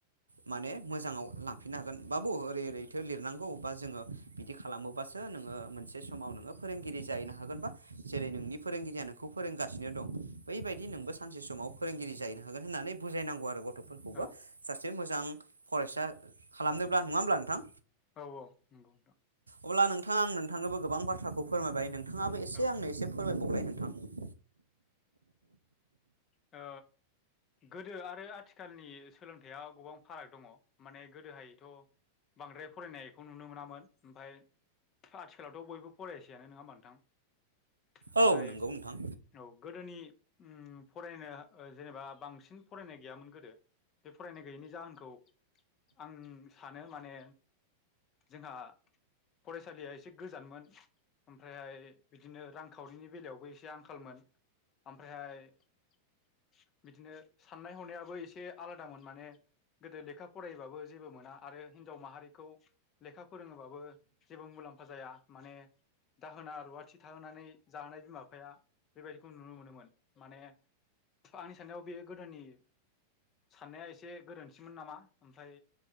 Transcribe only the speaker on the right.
माने मोजाङाव लांफिननो हागोन बाबु ओरै थो लिरनांगौ बा जोङो बिदि खालामोबासो नोङो मोनसे समाव नोङो फोरोंगिरि जाहैनो हागोन बा जेरै नोंनि फोरोंगिरिया नोंखौ फोरोंगासिनो दं बैबायदि नोंबो सानसे समाव फोरोंगिरि जाहैनो हागोन होननानै बुजायनांगौ आरो गथ'फोरखौबो
सासे मोजां फरायसा खालामनोब्ला नङा होमब्ला नोंथां?
अब्ला नोंथां आं नोंथांनोबो गोबां बाथ्राखौ फोरमायबाय नोंथाङाबो एसे
आंनो एसे फोरमायबावबाय नोंथां।
औ नंगौ नोंथां